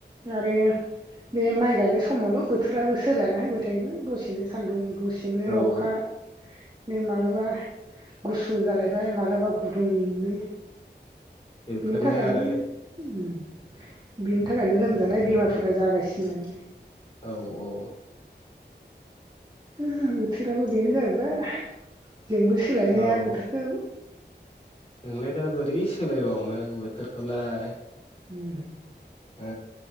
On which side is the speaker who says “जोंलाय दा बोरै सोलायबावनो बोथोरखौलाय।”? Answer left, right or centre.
Left